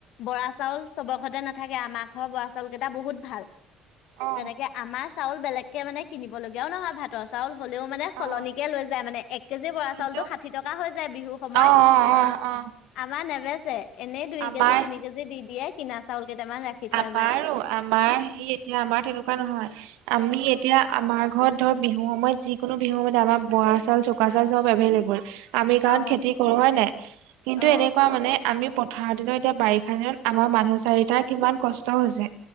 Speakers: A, on the left; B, on the right.
A: বৰা চাউল, চবৰ ঘৰতে নাথাকে আমাৰ ঘৰৰ বৰা চাউল কেইটা বহুত ভাল,
B: অ
A: তেনেকে আমাৰ চাউল বেলেগকে মানে কিনলগীয়াও নহয় ভাতৰ চাউল হ'লেও মানে সলনিকে
B: অ
A: লৈ তৰমানে এক কেজি বৰা
B: কিন্তু
A: চাউলতটো ষাঠি টকা হৈ যায় বিহুৰ সময়ত।
B: অ অ অ অ
A: আমাৰ নেবেচে এনেই দুই
B: আমাৰ
A: কেজি তিনি কেজি দি দিয়ে কিনা চাউল কেইটামান ৰাখি থয়
B: আমাৰো,
A: মায়ে
B: আমাৰ সি এতিয়া আমাৰ তেনেকুৱা নহয়। আমি এতিয়া আমাৰ ঘৰত ধৰ বিহু সময়ত যিকোনো বিহু সময়ত আমাৰ বৰা চাউল চব। <unintelligible> চব এভেল-এভোল, আমি কাৰণ
A: অ
B: খেতি কৰো হয় নাই। কিন্তু
A: অ
B: এনেকুৱা মানে আমি পথাৰৰ দিনত এতিয়া বাৰিষা দিনত আমাৰ মানুহ চাৰিটাৰ কিমান কষ্ট হৈছে।